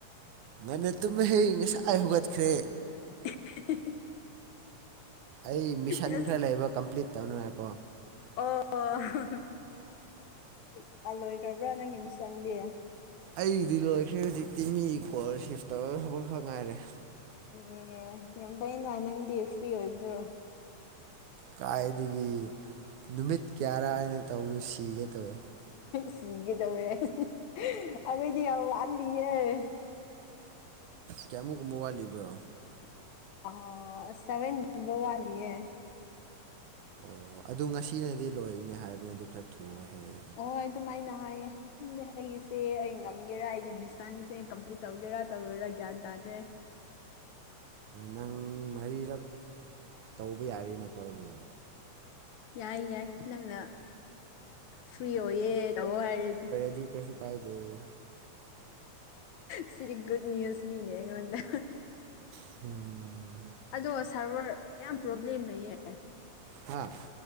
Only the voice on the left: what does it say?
<unintelligible>
ꯑꯁ
ꯑꯣꯥꯂꯣꯏꯈ꯭ꯔꯕ꯭ꯔꯥ ꯅꯪꯒꯤ ꯃꯤꯁꯟꯗꯤ
ꯑꯦ ꯌꯥꯝ ꯐꯩꯅ ꯅꯪꯗꯤ ꯐ꯭ꯔꯤ ꯑꯣꯏꯕꯗꯣ
ꯁꯤ ꯀꯩꯗꯧꯋꯦ ꯑꯩꯈꯣꯏꯗꯤ ꯌꯥꯝ ꯋꯥꯠꯂꯤꯌꯦꯦ
ꯑ ꯁꯚꯦꯟ ꯋꯥꯠ ꯂꯤꯌꯦ
ꯑꯣꯍꯣꯏ ꯑꯗꯨꯝꯥꯏꯅ ꯍꯥꯏꯌꯦ ꯪꯑꯩꯒꯤꯁꯦ ꯑꯩ ꯉꯝꯒꯦꯔꯥ ꯑꯩꯒꯤ ꯃꯤꯁꯟꯁꯦ ꯀꯝꯄ꯭ꯂꯤꯠ ꯇꯧꯒꯦꯔꯥ ꯇꯧꯔꯣꯏꯔꯥ ꯒ꯭ꯌꯥꯟ ꯇꯥꯗ꯭ꯔꯦ
ꯌꯥꯏ ꯌꯥꯏ ꯅꯪꯅ ꯐ꯭ꯔꯤ ꯑꯣꯏꯌꯦ ꯇꯧ ꯍꯥꯏꯔꯗꯤ
ꯁꯤꯔꯤ ꯨꯗ ꯅ꯭ꯌꯨꯁꯅꯤꯅꯦ ꯑꯩꯉꯣꯟꯗ
ꯑꯗꯣ ꯁꯥꯔꯚꯔ ꯌꯥꯝ ꯄ꯭ꯔꯣꯕ꯭ꯂꯦꯝ ꯂꯩꯌꯦ